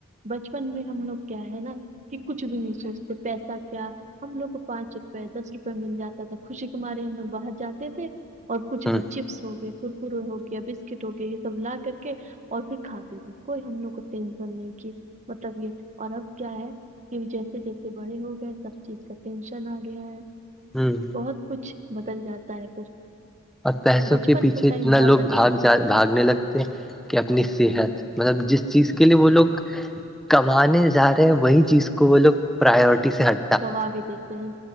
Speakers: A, on the right; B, in the centre.
A: بچپن میں ہم لوگ کیا ہے نا کہ کچھ بھی نہیں سوچتے پیسہ کیا ہم لوگ کو پانچ روپ دس روپئے مل جاتا تھا خوشی کماراری ہم لگ باہر جاتے تھے اور کچھ
B: ہ
A: بھی چپس ہو گیا ککرے ہو گیا ب کٹو کے یہ سب لا کر کے اور پھر کھاتے تھے کوئی ہم لوگ کو ٹینشن نہیں کہ ملب یہ اور اب کیا ہے کہ جیسے جیسے بڑے ہو گئے سب چیز کا ٹینشن آ گیا ہے
B: ہوں
A: بہت کچھ بدل جاتا ہے پھر
B: اور پیسوں
A: بچپن
B: کے پیچھے
A: کا ٹائم
B: اتنا
A: بہت
B: لوگ
A: اچھا
B: بھاگ
A: تھا
B: جا بھاگنے لگتے کہ اپنی صحت مطلب جس چیز کے لیے وہ لوگ کمانے جا رہے وہی چیز کو وہ لوگ پراورٹی سے ہٹ
A: گواہا بھی دیتے ہیں